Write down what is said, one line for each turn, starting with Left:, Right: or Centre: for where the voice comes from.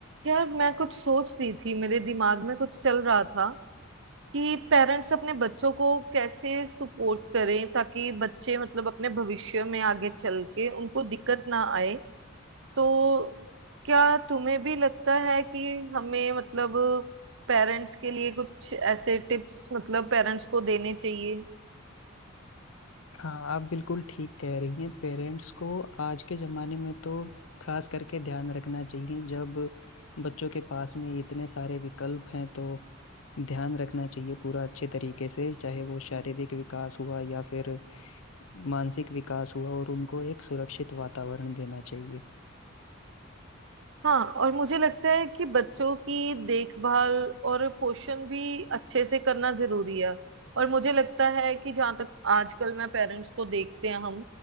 Right: यार मैं कुछ सोच रही थी मेरे दिमाग में कुछ चल रहा था कि पेरेंट्स अपने बच्चों को कैसे सपोर्ट करें ताकि बच्चे मतलब अपने भविष्य में आगे चल के उनको दिक्कत ना आए तो क्या तुम्हें भी लगता है कि हमें मतलब पेरेंट्स के लिए कुछ ऐसे टिप्स मतलब पेरेंट्स को देने चाहिए
Left: हाँ आप बिल्कुल ठीक कह रही हैं पेरेंट्स को आज के ज़माने में तो खास करके ध्यान रखना चाहिए जब बच्चों के पास में इतने सारे विकल्प हैं तो ध्यान रखना चाहिए पूरा अच्छे तरीके से चाहे वो शारीरिक विकास हुआ या फिर मानसिक विकास हुआ और उनको एक सुरक्षित वातावरण देना चाहिए
Right: हाँ और मुझे लगता है कि बच्चों की देखभाल और पोषण भी अच्छे से करना जरूरी है और मुझे लगता है कि जहाँ तक आजकल मैं पेरेंट्स को देखते हैं हम